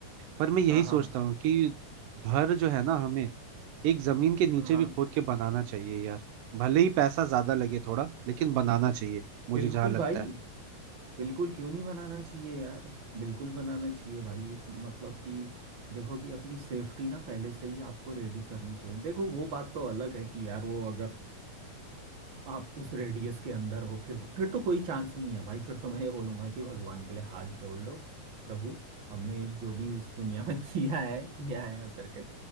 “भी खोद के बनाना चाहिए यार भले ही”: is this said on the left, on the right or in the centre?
Right